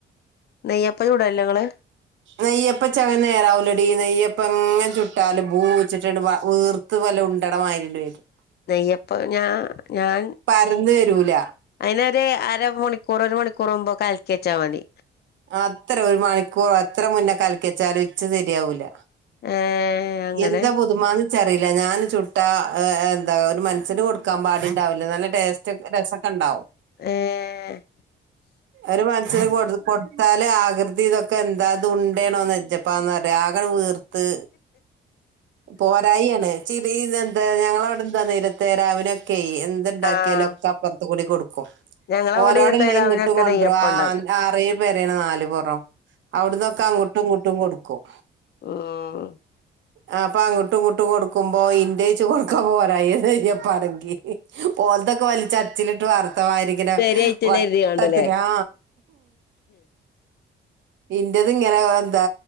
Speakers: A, on the left; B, on the right.
A: നെയ്യപ്പം ചൂടലില്ലേ ഇങ്ങള്
B: നെയ്യപ്പം ഇച്ഛങ്ങനെ നേരാവുലെടീ നെയ്യപ്പ എങ്ങനെ ചുട്ടാലും പൂച്ചിട്ടിണ്ട് വീർ ത്ത് വല്ല ഉണ്ടട മാരിണ് വരും
A: നെയ്യപ്പ ഞാൻ ഞാൻ
B: പരന്ന് വരൂല
A: അയിന് ഒരു അരമണിക്കൂർ ഒരു മണിക്കൂർമ്പോ കാലക്കി ച്ചാൽ മതി
B: അത്ര ഒരു മണിക്കൂറോ എത്ര മുന്നേ കലക്കി ച്ചാലും ഇച്ച് ശരിയാവൂല
A: ഏഹ് അങ്ങനെ
B: എന്താപ്പൊ ച്ചറില്ല ഞാൻ ചുട്ട എന്താ ഒരു മൻസ്ന് കൊടുക്കാൻ പാടുണ്ടാവില്ലേ നല്ല ടേസ്റ്റ് രസക്കെണ്ടാവും
A: ഏഹ്
B: ഒരു മൻസന് കൊടു കൊടുത്താല് ആകൃതി ഇതൊക്കെ എന്താത് ഉണ്ടേണോ നെജ് പ്പാന്ന് പറയും ആകെ വീർത്ത് പോവാറായി ആണ് ചിരി ഇ എന്താ ഞങ്ങളവിടെന്താ നേരത്തെ രാവിലെക്കെ എ ന്ത്‌ ഇണ്ടാക്കിയാലും
A: ആഹ്
B: ഒക്കെ അപ്പുറത്ത് കൂടി കൊടുക്കും
A: ഞങ്ങളവിടെ
B: ഓലോടല്ലേ
A: ഇന്നത്തെ രാവിലെയൊക്കെ
B: ഇങ്ങിട്ടും കൊണ്ടറൂം
A: നെയ്യപ്പം
B: ആ
A: ഉണ്ടാക്കും
B: ആറേ പേരണ് നാല് പൊറോ അവിടന്നൊക്കെ അങ്ങോട്ടും ഇങ്ങോട്ടും കൊടുക്കും
A: ഹ് മ്
B: ആ അപ്പൊ അങ്ങോട്ടും ഇങ്ങോട്ടും കൊടുക്കുമ്പോ ഇന്റ ചോർ.. ക്കെ പോരായി പറങ്കി ഓൽതൊക്കെ ഓല് ചച്ചിലിട്ട് വർത്തമായിരി ക്ക്ന
A: ശരിയായിട്ടില്ല
B: വട്ടത്തിനാ
A: കരുതി കാണ്ടല്ലേ
B: ഇന്റത് ഇങ്ങനെ എന്താ